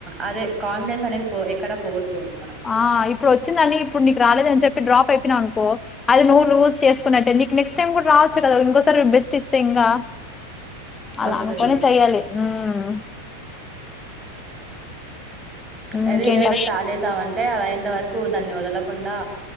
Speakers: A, on the right; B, on the left.
A: అదే కాన్ఫిడెన్స్ అనేది ఎక్కడా పోగొట్టుకోవద్దు మనం
B: ఆ ఇప్పుడు వచ్చిందంని ఇప్పుడు నీకు రాలేద అని చెప్పి డ్రాప్ అయిపోయినావ నుకో అది నువ్వు లూజ్ చేసుకున్నట్టటుే నీకు నెక్స్ట్ టైమ్ కూడా రావచ్చు కదా ఇంకోసారి బెస్ట్ ఇస్తే ఇంకా అలా
A: వస్తది
B: అనుకునే చెయ్యాలి మ్
A: అదే
B: ఇంకేంట
A: ఏదన్నా స్టార్ట్ చేసామంటే అది అయ్యేంత వరకూ దాన్ని వదలకుండా